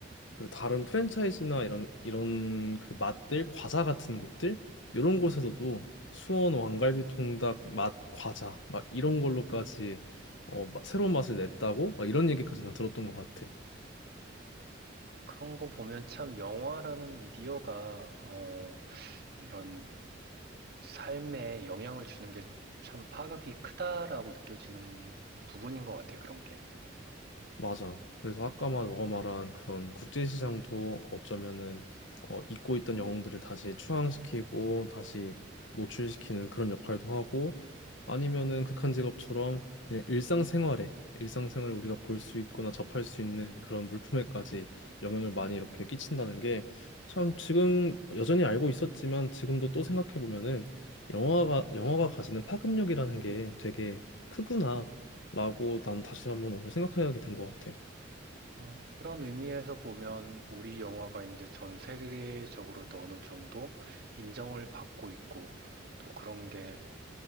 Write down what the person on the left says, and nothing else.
그 다른 프랜차이즈나 이런, 이런 그 맛들, 과자 같은 곳들, 이런 곳에서도 수원 왕갈비 통닭 맛 과자, 막 이런 걸로까지 어, 마- 새로운 맛을 냈다고? 막 이런 얘기까지 난 들었던 것 같아.
맞아. 그래서 아까 말 너가 말한 그런 국제시장도 어쩌면은 어, 잊고 있던 영웅들을 다시 추앙시키고 다시 노출시키는 그런 역할도 하고 아니면은 극한 직업처럼 그냥 일상생활에 일상생활에 우리가 볼 수 있거나 접할 수 있는 그런 물품에까지 영향을 많이 이렇게 끼친다는 게 참 지금 여전히 알고 있었지만 지금도 또 생각해 보면은 영화가 영화가 가지는 파급력이라는 게 되게 크구나. 라고 난 다시 한번 오늘 생각하게 된 것 같아.